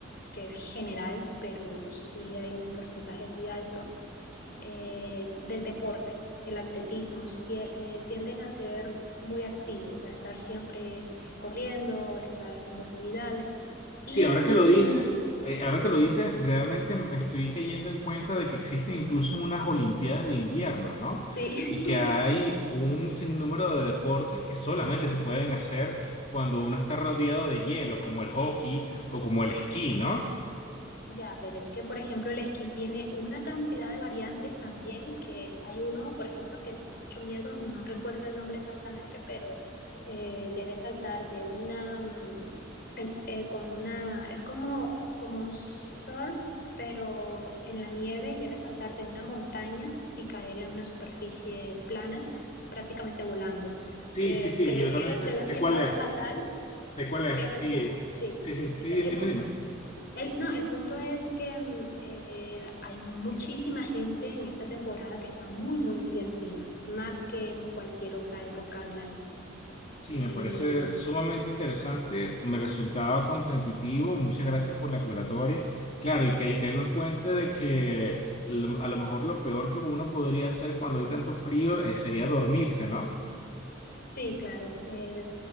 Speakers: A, on the left; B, on the left.
A: que es general, pero sí hay un porcentaje muy alto eh, del deporte, el atletismo, si, eh, tienden a ser muy activos, a estar siempre corriendo, estar haciendo actividades. Y
B: Sí,
A: en,
B: ahora que lo dices,
A: en
B: eh, ahora
A: sí,
B: que lo dices, realmente me estoy cayendo en cuenta de que existen incluso unas Olimpiadas de invierno, ¿no?
A: sí,
B: Y que
A: <laughs>
B: hay un sinnúmero de deportes que solamente se pueden hacer cuando uno está rodeado de hielo, como el hockey o como el esquí, ¿no?
A: Ya, pero es que, por ejemplo, el esquí tiene una cantidad de variantes también, que hay uno, por ejemplo, que me da mucho miedo, no recuerdo el nombre exactamente, pero eh, debe saltar de una, mm, en- eh, con una, es como, como un surf, pero en la nieve y debe saltar de una montaña y caer en una superficie plana, prácticamente volando.
B: Sí,
A: Eh,
B: sí, sí,
A: creo
B: yo
A: que
B: también sé,
A: te lo
B: sé
A: he explicado
B: cuál es,
A: fatal,
B: sé cuál es,
A: pero
B: sí,
A: el punto,
B: eh,
A: sí.
B: sí, sí, sí,
A: e,
B: dime, dime.
A: el, no, el punto es que mm, eh, hay muchísima gente en esta temporada que está muy, muy, muy activa, más que en cualquier otra época del año.
B: Sí,
A: Y
B: me parece sumamente interesante, me resultaba contraintuitivo, muchas gracias por la aclaratoria. Claro, y ca- caigo en cuenta de que lo- a lo mejor lo peor que uno podría hacer cuando hay tanto frío eh, sería dormirse, ¿no?
A: Sí, claro. eh,